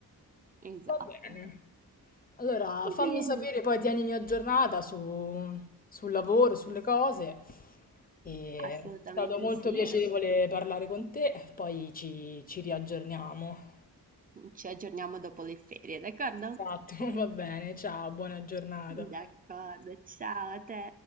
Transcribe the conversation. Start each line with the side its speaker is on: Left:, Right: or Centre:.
Right: Esatto.
Left: Va bene. Allora, fammi
Right: Bene,
Left: sapere, poi tienimi aggiornata su- sul lavoro, sulle cose. E
Right: assolutamente
Left: è stato molto
Right: sì.
Left: piacevole
Right: Adesso
Left: parlare con te, poi ci, ci riaggiorniamo.
Right: ci aggiorniamo dopo le ferie, d'accordo?
Left: Esatto, <laughs> va bene, ciao, buona giornata.
Right: D'accordo, ciao a te.